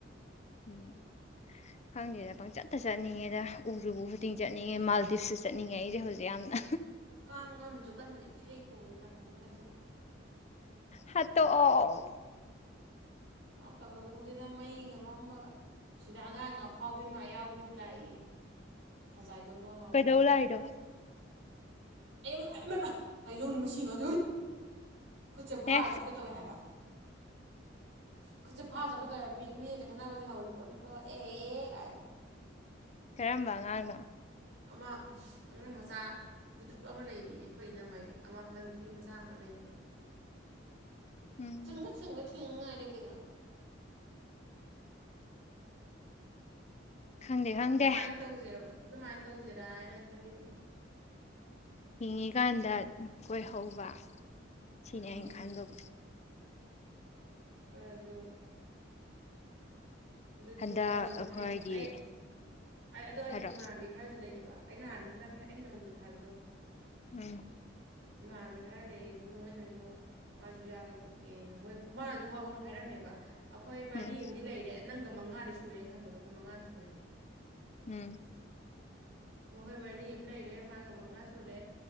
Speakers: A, on the left; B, on the right.
A: ꯎꯝ ꯈꯪꯗꯦꯗ ꯄꯪꯆꯠꯇ ꯆꯠꯅꯤꯡꯉꯦꯗ ꯎꯔꯨꯕ ꯈꯨꯗꯤꯡ ꯆꯠꯅꯤꯡꯉꯦ ꯃꯥꯜꯗꯤꯞꯁꯨ ꯆꯠꯅꯤꯡꯉꯦ ꯑꯩꯁꯦ ꯍꯧꯖꯤꯛ ꯌꯥꯝꯅ
B: ꯀꯥꯡ ꯑꯝꯖꯨ ꯀꯟꯅ ꯏꯁꯩ ꯈꯣꯡꯉꯤ ꯅꯀꯣꯡ ꯃꯌꯥꯖꯤꯗ
A: ꯍꯥꯠꯇꯣꯛꯑꯣ
B: ꯍꯥꯞꯄꯒ ꯎꯗꯦꯗ ꯃꯩꯒ ꯃꯝꯕꯒ ꯁꯤꯗꯥ ꯑꯉꯥꯡ ꯑꯐꯥꯎꯕꯤ ꯑꯃ ꯑꯌꯥꯎꯕꯤ ꯑꯃ ꯂꯥꯛꯏꯌꯦ ꯈꯖꯥꯏꯗꯣ ꯗꯣꯟ ꯗꯣꯟ ꯂꯥꯎꯕꯤꯃ
A: ꯀꯩꯗꯧ ꯂꯥꯛꯏꯅꯣ
B: ꯑꯌꯣ ꯃꯥ ꯑꯌꯣ ꯃꯃꯥ ꯇꯩꯖꯧꯅꯦ ꯃꯁꯤ ꯉꯥꯡꯖꯦ ꯎꯏꯠ ꯈꯨꯠꯆꯦ ꯐꯥꯔ
A: ꯑꯦ
B: ꯆꯨꯞꯀꯦ ꯇꯧꯋꯦ ꯍꯥꯏꯕ
A: <inaudible>
B: ꯈꯨꯠꯆꯦ ꯐꯥꯔ ꯆꯞꯀꯦ ꯇꯧꯌꯦ ꯍꯥꯏꯕ ꯃꯤ ꯃꯤꯒꯗꯦ ꯈꯠꯅꯕꯒꯖꯦ ꯍꯧꯔꯤꯄꯣꯠꯅꯤꯀꯣ ꯑꯦ ꯀꯥꯏꯅ
A: ꯀꯔꯝꯕ ꯑꯉꯥꯡꯅꯣ
B: ꯑꯃ ꯑꯉꯥꯡ ꯃꯆꯥ ꯄꯤꯗ꯭ꯔꯛꯄ ꯑꯃ ꯂꯩꯔꯤꯌꯦ ꯑꯈꯣꯏ ꯏꯅꯝꯃꯩ ꯑꯃ ꯍꯟꯗꯛ ꯅꯨꯄꯤ ꯃꯆꯥ ꯑꯃ ꯂꯩꯌꯦ ꯍꯥꯏꯕꯗꯣ
A: <inaudible> ꯎꯝ
B: ꯆꯪꯉꯆꯪꯉꯆꯪꯉ ꯍꯥꯏꯗꯤ ꯀꯩꯅꯣ
A: ꯈꯪꯗꯦ ꯈꯪꯗꯦ
B: ꯑꯗꯨꯃꯥꯏꯅ ꯇꯧꯁꯦꯔꯕ ꯑꯗꯨꯃꯥꯏꯅ ꯇꯧꯁꯦꯔ ꯍꯥꯏꯅ ꯈꯜꯂꯤꯕꯅꯤ
A: ꯍꯤꯡꯉꯤꯀꯥꯟꯗ ꯀꯣꯏꯍꯧꯕ ꯁꯤꯅꯦ
B: ꯍꯥꯏꯗꯤ
A: ꯑꯩꯅ ꯈꯟꯕꯕꯨ
B: ꯈꯔꯁꯨ ꯑꯗꯨꯗꯤ
A: ꯍꯟꯗꯛ
B: ꯇꯧꯔꯁꯤꯅꯦ
A: ꯑꯩꯈꯣꯏꯒꯤ
B: ꯑꯩ ꯑꯗꯣ ꯑꯩ
A: ꯍꯥꯏꯔꯣ
B: ꯏꯃꯥꯟꯕꯤ ꯈꯔꯁꯨ ꯂꯩꯑꯦꯕ ꯑꯩꯅ ꯅꯍꯥꯟꯅ ꯍꯟꯗꯛ ꯑꯩꯅ ꯅꯧꯅꯁꯨ ꯍꯥꯏꯕꯗꯣ
A: ꯎꯝ
B: ꯏꯃꯥꯕꯅꯕꯤ ꯈꯔ ꯂꯩꯌꯦ ꯑꯗꯨ ꯃꯣꯏꯅꯁꯨ ꯃꯥꯁꯨ ꯌꯥꯎꯒꯦ ꯈꯣꯠ ꯀꯦꯅ ꯃꯣꯏ ꯈꯨꯃꯥꯁꯨ ꯍꯧꯅ ꯍꯥꯏꯔꯝꯃꯦꯕ ꯑꯩꯈꯣꯏ ꯃꯔꯤ
A: ꯎꯝ
B: ꯑꯃꯗꯤ ꯂꯩꯔꯦ ꯅꯪꯒ ꯃꯉꯥꯗꯤ ꯁꯨꯔꯦꯅ ꯈꯪꯕꯗ ꯑꯈꯣꯏ ꯃꯉꯥꯁꯨ ꯁꯨꯔꯦ
A: ꯎꯝ
B: ꯃꯈꯣꯏ ꯃꯔꯤ ꯑꯃ ꯂꯩꯔꯦ ꯃꯥꯒ ꯃꯉꯥ ꯁꯨꯔꯦ